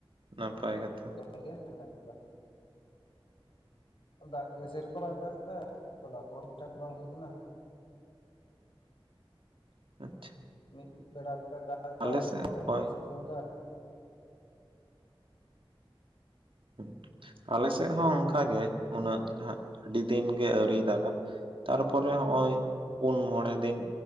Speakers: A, on the right (about 65°); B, on the left (about 65°).
A: ᱱᱟᱯᱟᱭ ᱠᱟᱛᱷᱟ᱾
B: <unintelligible> ᱫᱟᱜ ᱜᱮ ᱥᱮᱨᱚᱠᱚ ᱵᱟᱭ ᱫᱟᱜ ᱫᱟ, ᱛᱚᱞᱟ ᱠᱚ ᱴᱷᱤᱠ ᱴᱷᱟᱠ ᱵᱟᱝ ᱦᱩᱭ ᱠᱟᱱᱟ,
A: ᱟᱪᱪᱷᱟ᱾
B: ᱢᱤᱫ ᱵᱮᱲᱟ ᱠᱟᱛᱮ ᱫᱟᱜ ᱮᱫᱟᱭ,
A: ᱟᱞᱮ ᱥᱮᱫ
B: ᱢᱤᱫ ᱵᱮᱲᱟ
A: ᱦᱚᱸᱜᱼᱚᱭ
B: ᱠᱟᱛᱮᱫ ᱥᱤᱛᱩᱝ ᱫᱟ
A: ᱦᱮᱸ ᱟᱞᱮ ᱥᱮᱫ ᱦᱚᱸ ᱚᱱᱠᱟ ᱜᱮ ᱩᱱᱟᱹᱜ ᱱᱟᱦᱟᱸᱜ ᱟᱹᱰᱤ ᱫᱤᱱ ᱜᱮ ᱟᱹᱨᱤᱭ ᱫᱟᱜᱟ᱾ ᱛᱟᱨ ᱯᱚᱨᱮ ᱦᱚᱸᱜ-ᱚᱭ ᱯᱩᱱ ᱢᱚᱬᱮ ᱫᱤᱱ